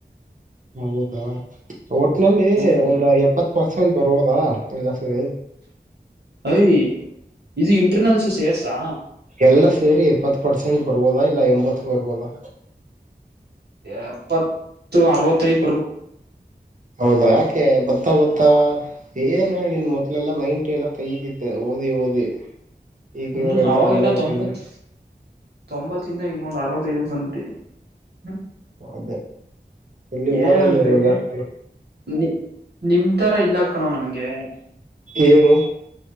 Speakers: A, on the right; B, on the right.
A: ಹೌದಾ ಹೋಟ್ಲಲ್ಲಿ
B: ಹ್ಮ್
A: ಒಂದು ಎಪ್ಪತ್ತು ಹೊಸಂಡ್ ಬರುವುದಾ ಎಲ್ಲ ಸೇ
B: ಅಯ್ ಇದು ಇಂಟರ್ನಲ್ಸು ಸೇರ್ಸಾ
A: ಎಲ್ಲ ಸೇರಿ ಎಪ್ಪತ್ ಪಡ್ಸ ಂಟ್ ಬರ್ಬೋದಾ ಇಲ್ಲ ಎಂಬತ್ತು ಬರ್ಬೋದಾ
B: ಎಪ್ಪತ್ತು ಅರವತ್ತೈದು
A: ಹೌದಾ ಯಾಕೆ ತ್ತ ಹೊತ್ತಾ ಏನ್ ಹೇಳಿ ನಿನ್ ಮೊದಲೆಲ್ಲಾ ನೈಂಟಿ ಎಲ್ಲ ತಗತಿದ್ದೆ ಓದಿ ಓದಿ ಈಗ
B: ಹ್ಮ್
A: ನೋಡು ಎಲ್ಲಾ
B: ಅವಾಗೆಲ್ಲ
A: ಡಲ್ ಆಗ್ಬಿಟ್ಟಿದೆ
B: ತೊಂಬತ್ ತೊಂಬತ್ ಿಂದ ಇನ್ನೊಂದು ಅರವತ್ತೈಐದು ಬ್ಿಟಿ <unintelligible> ಹ್ಮ
A: ಅದೇ ಎಲ್ಲಿ ಓದಲ್ವ
B: ಏನಂದ್ರೆ
A: ಜಾಸ್ತಿ
B: ನಿ ನಿಮ ತರ ಇಲ್ಲ ಕಣೋ ನಮ್ಗೆ
A: ಏನು